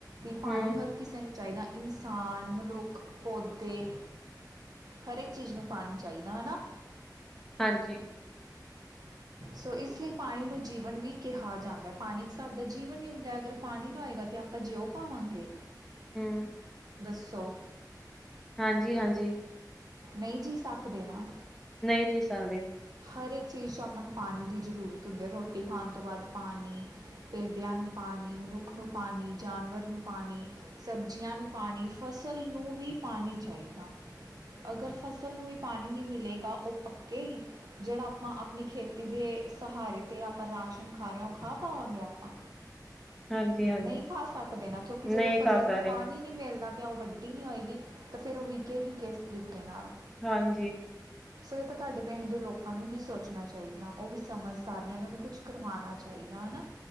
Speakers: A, on the right; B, in the centre.
A: ਪਾਣੀ,
B: ਹੂੰ
A: ਹਰ ਕਿਸੇ ਨੂੰ ਚਾਹੀਦਾ, ਇਨਸਾਨ, ਮਨੁੱਖ, ਪੌਦੇ ਹਰੇਕ ਚੀਜ ਨੂੰ ਪਾਨੀ ਚਾਈਦਾ ਹਨਾ।
B: ਹਾਂਜੀ।
A: ਸੋ ਇਸ ਲੀ ਪਾਨੀ ਨੂੰ ਜੀਵਨ ਵੀ ਕੇਹਾ ਜਾਂਦੈ, ਪਾਨੀ ਇੱਕ ਹਿਸਾਬ ਦਾ ਜੀਵਨ ਈ ਹੁੰਦੈ, ਅਗਰ ਪਾਨੀ ਨਾ ਹੋਏਗਾ ਤਾਂ ਆਪ ਆਪਾ ਜੇਓ ਪਾਵਾਂਗੇ?
B: ਹੂੰ।
A: ਦੱਸੋ।
B: ਹਾਂਜੀ, ਹਾਂਜੀ।
A: ਨਈ ਜੀ ਸਾਕ ਦੇਨਾ।
B: ਨਈ ਜੀ ਸਾਕਦੇ।
A: ਹਰ ਏਕ ਚੀਜ਼ ਚ ਆਪਾਂ ਨੂੰ ਪਾਨੀ ਦੀ ਜ਼ਰੂਰਤ ਹੁੰਦੀ ਏ, ਰੋਟੀ ਖਾਨ ਤੋਂ ਬਾਦ ਪਾਨੀ ਪੇਡੇਆਂ ਨੂੰ ਪਾਨੀ, ਮਨੁੱਖ ਨੂੰ ਪਾਨੀ, ਜਾਨਵਰ ਨੂੰ ਪਾਨੀ ਸਬਜੀਆਂ ਨੂੰ ਪਾਨੀ, ਫਸਲ ਨੂੰ ਵੀ ਪਾਨੀ ਚਾਈਦਾ। ਅਗਰ ਫਸਲ ਨੂੰ ਵੀ ਪਾਨੀ ਨੀ ਮਿਲੇਗਾ ਓ ਪੱਕੇ ਗੀ? ਜੇੜਾ ਆਪਾਂ ਆਪਨੀ ਖੇਤੀ ਦੇ, ਸਹਾਰੇ ਤੇ ਆਪਾਂ ਰਾਸ਼ਨ ਖਾ ਰਏ ਆਂ ਓ ਖਾ ਪਾਵਾਂਗੇ ਆਪਾਂ?
B: ਹਾਂਜੀ ਹਾਂਜੀ
A: ਨਈ ਖਾ ਸਕਦੇ ਨਾ, ਕੇਓਕਿ ਜਦੋਂ
B: ਨਹੀਂ
A: ਫਸਲ
B: ਖਾ ਸਕਦੇ
A: ਨੂੰ ਪਾਨੀ ਨੀ ਮੇਲਨਾ ਤੇ ਓ ਵੱਡੀ ਨਈ ਹੋਏਗੀ, ਤੇ ਫੇਰ ਓ ਵਿਕੇਗੀ ਕੇਸ ਤਰੀਕੇ ਨਾਲ?
B: ਹਾਂਜੀ।
A: ਸੋ ਐ ਤਾਂ ਤਾਆਡੇ ਪੇਂਡ ਦੇ ਲੋਕ ਓਨਾਂ ਨੂੰ ਵੀ ਸੋਚਨਾ ਚਾਈਦਾ, ਓ ਵੀ ਸਮਝਦਾਰ ਨੇ ਓਨਾਂ ਨੂੰ ਕੁਛ ਕਰਵਾਨਾ ਚਾਈਦਾ ਹੈਨਾ।